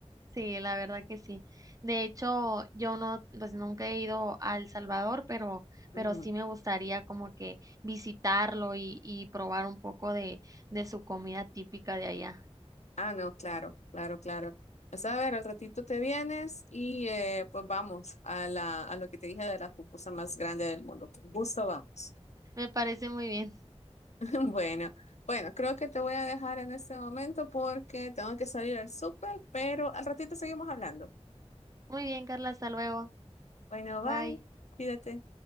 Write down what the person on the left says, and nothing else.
Ujú.
Ah, no, claro, claro, claro. Pues a ver, al ratito te vienes y eh, pues vamos a la, a lo que te dije de la pupusa más grande del mundo. Con gusto vamos.
<laughs> Bueno, bueno, creo que te voy a dejar en este momento porque tengo que salir al súper, pero al ratito seguimos hablando.
Bueno, bye,
cuídate.